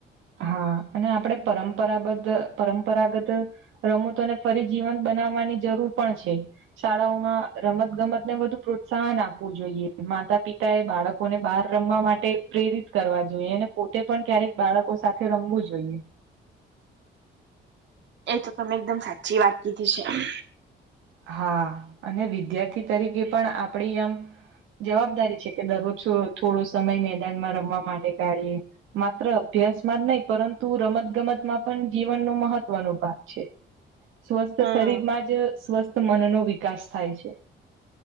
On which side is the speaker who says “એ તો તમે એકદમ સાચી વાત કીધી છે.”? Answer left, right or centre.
Right